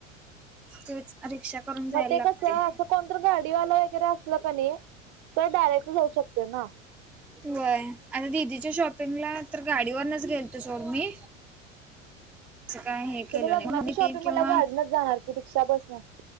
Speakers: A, in the centre; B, on the right (about 50°).
A: तेच रिक्षा करून जायला
B: मग ते
A: लागते.
B: कसं असं कोणत गाडीवाला वगैरे असलं का नाही तर डायरेक्ट जाऊ शकते ना.
A: वय आणि दिदीच्या शॉपिंगला तर गाडीवरुनच गेलतो सोड मी. असं काय हे केलो
B: तुम्ही लग्नाची
A: नाही म मी
B: शॉपिंग
A: ते किंवा
B: मला गाडीनच जाणार की रिक्षा बसणार